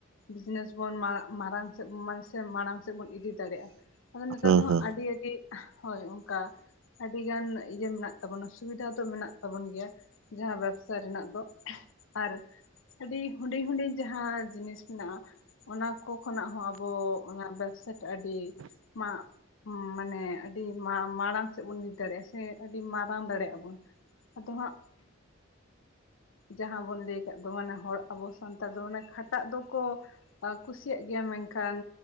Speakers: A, on the left (about 75°); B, on the right (about 75°).
A: ᱵᱤᱡᱽᱱᱤᱥ ᱵᱚᱱ ᱢᱟᱲᱟ-ᱢᱟᱲᱟᱝ ᱥᱮᱫ ᱢᱚ <unintelligible> ᱢᱟᱲᱟᱝ ᱥᱮᱫ ᱵᱚᱱ ᱤᱫᱤ ᱫᱟᱲᱮᱜ-ᱟ ᱟᱫᱚ ᱱᱮᱛᱟᱨ
B: ᱦᱩᱸ ᱦᱩᱸ
A: ᱫᱚ ᱦᱟᱸᱜ
B: ᱦᱩᱸ ᱦᱩᱸ
A: ᱟᱹᱰᱤ ᱟᱹᱰᱤ ᱦᱳᱭ ᱚᱱᱠᱟ ᱟᱹᱰᱤ ᱜᱟᱱ ᱤᱭᱟᱹ ᱢᱮᱱᱟᱜ ᱛᱟᱵᱚᱱᱟ ᱥᱩᱵᱤᱫᱷᱟ ᱫᱚ ᱢᱮᱱᱟᱜ ᱛᱟᱵᱚᱱ ᱜᱮᱭᱟ᱾ ᱡᱟᱦᱟᱸ ᱵᱮᱵᱽᱥᱟ ᱨᱮᱱᱟᱜ ᱫᱚ ᱟᱨ ᱟᱹᱰᱤ ᱦᱩᱰᱤᱧ ᱦᱩᱰᱤᱧ ᱡᱟᱦᱟᱸ ᱡᱤᱱᱤᱥ ᱢᱮᱱᱟᱜᱼᱟ᱾ ᱚᱱᱟ ᱠᱚ ᱠᱷᱚᱱᱟᱜ ᱦᱚᱸ ᱟᱵᱚ ᱚᱱᱟ ᱵᱮᱵᱥᱟ ᱟᱹᱰᱤ ᱢᱟ ᱢᱟᱱᱮ ᱟᱹᱰᱤ ᱢᱟᱲᱟᱝ ᱥᱮᱫ ᱵᱚᱱ ᱤᱫᱤ ᱫᱟᱲᱮᱭᱟᱜᱼᱟ᱾ ᱦᱮᱸ ᱟᱹᱰᱤ ᱢᱟᱨᱟᱝ ᱫᱟᱲᱮᱭᱟᱜᱼᱟ ᱵᱚᱱ ᱟᱫᱚ ᱦᱟᱸᱜ ᱡᱟᱦᱟᱸ ᱵᱚᱱ ᱞᱟᱹᱭ ᱠᱟᱫ ᱫᱚ ᱢᱟᱱᱮ ᱦᱚᱲ ᱟᱵᱚ ᱥᱟᱱᱛᱟᱲ ᱫᱚ ᱢᱟᱱᱮ ᱠᱷᱟᱴᱟᱜ ᱫᱚ ᱠᱚ ᱠᱩᱥᱤᱭᱟᱜ ᱜᱮᱭᱟ ᱢᱮᱱᱠᱷᱟᱱ